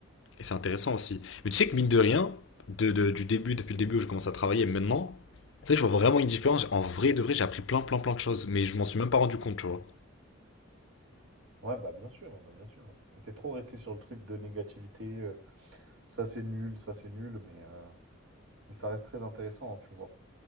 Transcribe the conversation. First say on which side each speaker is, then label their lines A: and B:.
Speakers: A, on the left (about 60°); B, on the right (about 75°).
A: Et c'est intéressant aussi. Mais tu sais que mine de rien, de, de- du début, depuis le début où je commence à travailler et maintenant, c'est vrai que je vois vraiment une différence. En vrai de vrai, j'ai appris plein, plein, plein de choses. Mais je m'en suis même pas rendu compte, tu vois.
B: Ouais, bah bien sûr, bah bien sûr. hein, Parce que t'es trop resté sur le truc de négativité, euh, ça c'est nul, ça c'est nul, mais, euh, mais ça reste très intéressant, hein, tu le vois.